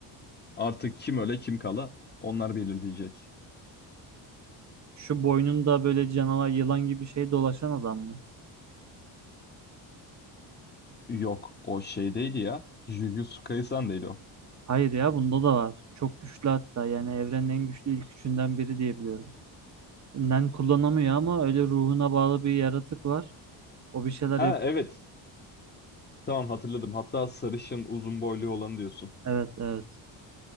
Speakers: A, on the left; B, on the right.
A: Artık kim öle kim kala onlar belirleyecek.
B: Şu boynunda böyle canavar yılan gibi şey dolaşan adam mı?
A: Yok o şeydeydi ya. Jujutsu Kaisen'deydi o.
B: Hayır ya bunda da var. Çok güçlü hatta yani evrenin en güçlü ilk üçünden biri diye biliyorum. Nen kullanamıyor ama öyle ruhuna bağlı bir yaratık var. O bir şeyler
A: Ha
B: yap.
A: evet. Tamam hatırladım. Hatta sarışın uzun boylu olanı diyorsun.
B: Evet evet.